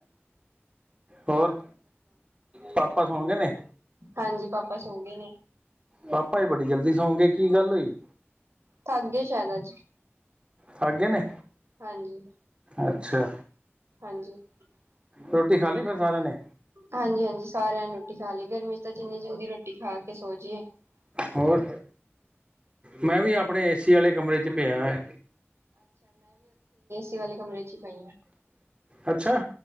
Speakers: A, on the right (about 25°); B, on the right (about 70°).
A: ਹੋਰ ਪਾਪਾ ਸੌਂ ਗੇ ਨੇ।
B: ਹਾਂਜੀ, ਪਾਪਾ ਸੋ ਗਏ ਨੇ।
A: ਪਾਪਾ ਜੀ ਬੜੀ ਜਲਦੀ ਸੌਂ ਗੇ, ਕੀ ਗੱਲ ਹੋਈ?
B: ਥੱਕ ਗਏ ਸ਼ਾਇਦ ਅੱਜ
A: ਥੱਕ ਗਏ ਨੇ।
B: ਹਾਂਜੀ।
A: ਅੱਛਾ।
B: ਹਾਂਜੀ -ਹਾਂਜੀ-
A: ਰੋਟੀ ਖਾ ਲਈ ਫਿਰ ਸਾਰਿਆਂ ਨੇ
B: ਹਾਂਜੀ, ਸਾਰਿਆਂ ਨੇ ਰੋਟੀ ਖਾ ਲਈ। ਤੇ ਜਿੰਨੀ ਜਲਦੀ ਰੋਟੀ ਖਾ ਕੇ ਸੋ ਜੀਏ ।
A: ਹੋਰ ਮੈਂ ਵੀ ਆਪਣੇ ਏਸੀ ਵਾਲੇ ਕਮਰੇ ਚ ਪਿਆ ਹਾਂ।
B: ਏ ਸੀ ਵਾਲੇ ਕਮਰੇ ਚ ਹੀ ਪਈ
A: ਅੱਛਾ।